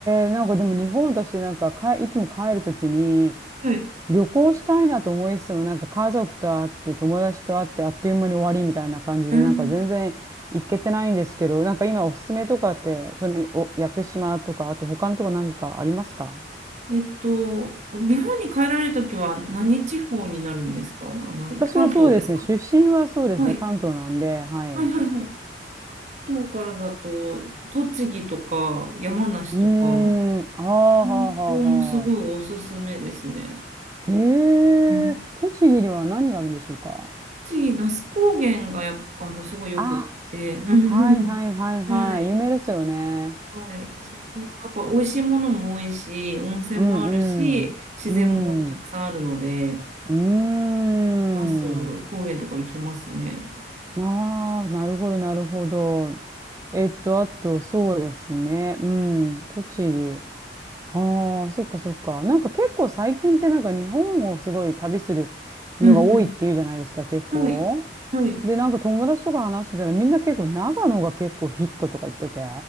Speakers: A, on the right (about 15°); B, on the right (about 40°).
A: え、なんかでも日本私なんかかえいつも帰るときに、
B: はい。
A: 旅行したいなと思いつつも、なんか家族と会って、友達と会って、あっという間に終わりみたいな感じで、
B: うん、
A: なんか全然行けてないんですけど、なんか今おすすめとかって、そのお屋久島とか、あと他のとこ何かありますか
B: えっと、日本に帰られるときは何地方になるんですかあの、
A: 私はそうですね、
B: 関東ですか
A: 出身はそうですね、
B: はい。
A: 関東なんで、はい。
B: はいはいはい。
A: う
B: 関東からだと、栃木とか山梨とか、
A: ーん、あーはあはあはあ。
B: うんここもすごいおすすめですね。
A: えー、
B: うん
A: 栃木には何があるんでしょうか
B: 栃木、那須高原がやっぱ、あの、すごいよくって。
A: あ、
B: <laughs>
A: はいはいはいはい、
B: はい。
A: 有名ですよね。
B: はい、そこやっぱ美味しいものも多いし、温泉もあるし、
A: うんうん。
B: 自然もたくさんあるので、
A: うん。うーん。
B: 那須高原とか行きますね。
A: ああ、なるほど、なるほど。えっと、あと、そうですね。うん、栃木。ああ、そっかそっか。なんか結構最近ってなんか日本をすごい旅する
B: うん
A: のが多いっていうじゃないですか、結構。
B: うん。はい、はい。
A: で、なんか友達とか話してたらみんな結構長野が結構ヒットとか言ってて。